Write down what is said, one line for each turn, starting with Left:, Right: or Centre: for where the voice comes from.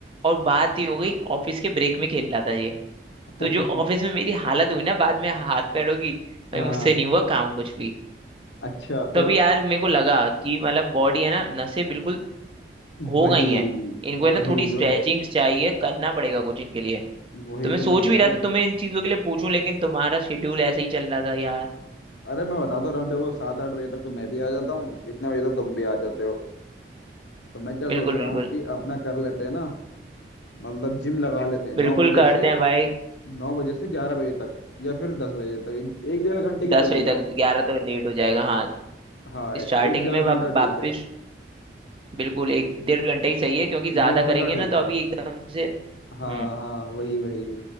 Right: और बात ही हो गई ऑफिस के ब्रेक में खेल रहा था ये तो
Left: <laughs>
Right: जो ऑफिस में मेरी हालत हुई ना बाद में हाथ पैरों की भाई
Left: हाँ
Right: मुझसे नहीं हुआ काम कुछ भी
Left: अच्छा फिर
Right: तब यार मेरे को लगा कि मतलब बॉडी है ना नसें बिल्कुल हो
Left: वही
Right: गई हैं इनको है ना
Left: वही
Right: थोड़ी स्ट्रेचिंग
Left: तो
Right: चाहिए करना पड़ेगा कुछ इनके लिए
Left: वही
Right: तो मैं सोच
Left: तो मैं कह
Right: भी
Left: रहा
Right: रहा था
Left: हूँ
Right: तुम्हें इन चीजों के लिए पूछूं लेकिन तुम्हारा शेड्यूल ऐसे ही चल रहा था यार
Left: अरे मैं बता तो रहा हूँ देखो सात आठ बजे तक तो मैं भी आ जाता हूँ इतने बजे तक तुम भी आ जाते हो तो मैं क्या सोच
Right: बिल्कुल
Left: रहा
Right: बिल्कुल
Left: हूँ कि अपना कर लेते हैं ना मतलब जिम लगा लेते हैं नौ
Right: बिल्कुल
Left: बजे
Right: करते
Left: से
Right: हैं भाई
Left: नौ बजे से ग्यारह बजे तक या फिर दस बजे तक एक, एक डेढ़ घंटे की
Right: दस
Left: सही
Right: बजे
Left: है ना
Right: तक ग्यारह तक लेट हो जाएगा हाँ
Left: हाँ एक
Right: स्टार्टिंग
Left: डेढ़
Right: में वा-
Left: घंटा
Right: वापस
Left: ठीक है
Right: बिल्कुल एक डेढ़ घंटे ही सही है क्योंकि ज्यादा
Left: डेढ़ घंटा
Right: करेंगे ना
Left: ठीक
Right: तो
Left: है
Right: अभी एकदम से हम्म
Left: हाँ हाँ वही वही